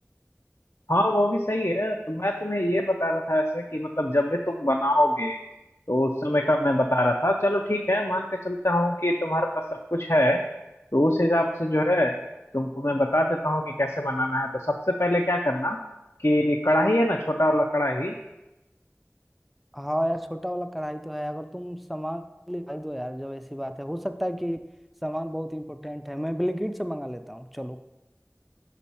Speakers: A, on the left; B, in the centre.
A: हाँ वो भी सही है तो मैं तुम्हें ये बता रहा था ऐसे कि मतलब जब भी तुम बनाओगे तो उस समय का मैं बता रहा था चलो ठीक है मान के चलता हूँ कि तुम्हारे पास सब कुछ है तो उस हिसाब से जो है तुमको मैं बता देता हूँ कि कैसे बनाना है तो सबसे पहले क्या करना कि कढ़ाई है ना छोटा वाला कढ़ाई
B: हाँ यार छोटा वाला कढ़ाई तो है अगर तुम सामान ले दो यार जब ऐसी बात है हो सकता है कि सामान बहुत इंपॉर्टेंट है मैं ब्लिंकिट से मंगा लेता हूँ चलो